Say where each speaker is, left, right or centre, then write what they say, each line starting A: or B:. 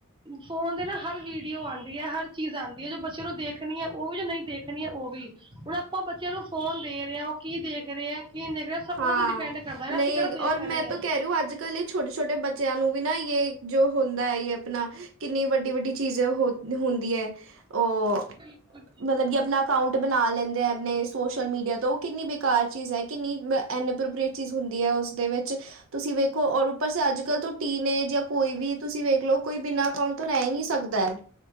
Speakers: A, on the right; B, on the right.
A: ਫ਼ੋਨ ਤੇ ਨਾ ਹਰ ਵੀਡੀਓ ਆਂਦੀ ਐ। ਹਰ ਚੀਜ਼ ਆਂਦੀ ਏ। ਜੋ ਬੱਚੇ ਨੂੰ ਦੇਖਣੀ ਐ, ਉਹ ਵੀ। ਜੋ ਨਹੀਂ ਦੇਖਣੀ ਐ, ਉਹ ਵੀ। ਹੁਣ ਆਪਾਂ ਬੱਚਿਆਂ ਨੂੰ ਫ਼ੋਨ ਦੇ ਰਹੇ ਆ। ਉਹ ਕੀ ਦੇਖ ਰਹੇ, ਕੀ ਨੀ ਦੇਖ ਰਹੇ
B: ਹਾਂ,
A: ਉਹਨਾਂ ਤੇ ਡਿਪੈਂਡ ਕਰਦਾ ਹੈ
B: ਨਹੀਂ
A: ਅਸੀਂ ਕਿਹੜਾ ਦੇਖ
B: ਔਰ
A: ਰਹੇ
B: ਮੈਂ
A: ਹਾਂ
B: ਤੋਂ ਕੇਅ ਰੀਊ, ਅੱਜ-ਕੱਲ੍ਹ ਈ ਛੋਟੇ-ਛੋਟੇ ਬੱਚਿਆਂ ਨੂੰ ਵੀ ਨਾ, ਯੇ ਜੋ ਹੁੰਦਾ ਯੇ ਅਪਣਾ ਕਿੰਨੀ ਵੱਡੀ-ਵੱਡੀ ਚੀਜ਼ੇ ਹੋ ਹੁੰਦੀ ਐ। ਉਹ
A: ਬਿਲਕੁੱਲ ਜੀ।
B: ਮਤਲਬ ਕਿ ਆਪਣਾ ਅਕਾਊਂਟ ਬਣਾ ਲੇਂਦੇ। ਆਪਣੇ ਸੋਸ਼ਲ-ਮੀਡੀਆ ਤੋਂ ਉਹ ਕਿੰਨੀ ਬੇਕਾਰ ਚੀਜ਼ ਐ। ਕਿੰਨੀ ਬ ਐਨ ਏ। ਪਰ-ਪਰ ਇਹ ਚੀਜ਼ ਹੁੰਦੀ ਐ, ਉਸ ਦੇ ਵਿੱਚ ਤੁਸੀਂ ਵੇਖੋ, ਔਰ ਉੱਪਰ ਸੇ ਅੱਜ-ਕੱਲ੍ਹ ਤੋਂ ਟੀਨ‌ਏਜ਼ ਜਾਂ ਕੋਈ ਵੀ, ਤੁਸੀਂ ਵੇਖਲੋ ਕੋਈ ਬਿਨਾ ਅਕਾਂਟ ਤੋ ਰੈ ਈ ਨ੍ਹੀਂ ਸਕਦਾ ਐ।